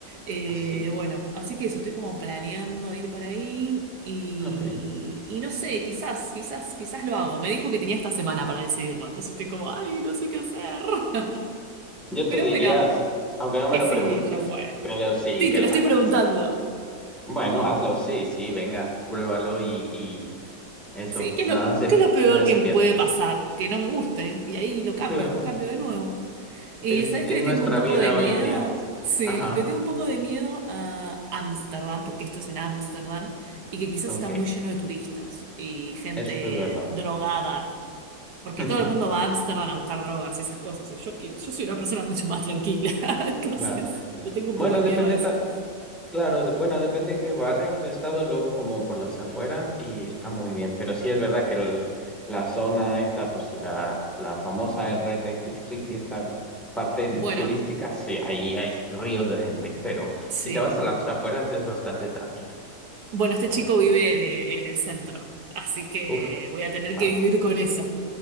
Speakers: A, on the right; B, in the centre.
A: Eh,
B: Sí,
A: bueno, así que eso, estoy como planeando ir para ahí y,
B: ok.
A: y no sé, quizás, quizás, quizás lo hago. Me dijo que tenía esta semana para decidirlo, entonces estoy como, ay, no sé qué hacer. <laughs>
B: Yo
A: Pero
B: te diría,
A: bueno,
B: sí, aunque no me
A: que
B: lo
A: sí,
B: preguntes,
A: ya fue.
B: pero sí
A: Sí,
B: que
A: te
B: lo
A: lo estoy
B: hagas,
A: preguntando.
B: sí. Bueno, hazlo, sí, sí, venga, pruébalo y, y eso,
A: Sí, ¿qué es
B: nada
A: lo,
B: se,
A: qué es lo peor
B: nada
A: que
B: se
A: puede
B: pierde.
A: pasar? Que no me guste y ahí lo cambio,
B: Claro,
A: cambio de nuevo. Eh,
B: es,
A: ¿sabes
B: es
A: que le
B: nuestra
A: tengo un poco
B: vida
A: de miedo?
B: hoy en día.
A: Sí,
B: Ajá,
A: le tengo un poco de miedo a Ámsterdam, porque esto es en Ámsterdam, y que quizás
B: ok,
A: está muy lleno de turistas y gente
B: eso es verdad.
A: drogada, porque
B: <laughs>
A: todo el mundo va a Ámsterdam a buscar drogas y esas cosas, y yo, que- yo soy una persona mucho más tranquila, <laughs> entonces
B: Claro.
A: le tengo un
B: Bueno,
A: poco de miedo
B: depende,
A: a eso.
B: ta- claro, de- bueno, depende de qué barrios. He estado luego como por las afueras y está muy bien, pero sí es verdad que el- la zona esta, pues la, la famosa, el Red Light District y esta parte dis-
A: Bueno,
B: turística, sí, ahí hay ríos de gente, pero
A: sí.
B: si te vas a las afueras es bastante tranquilo.
A: Bueno, este
B: Claro.
A: chico vive en en el centro, así que
B: Uf,
A: voy a tener que
B: va,
A: vivir con eso.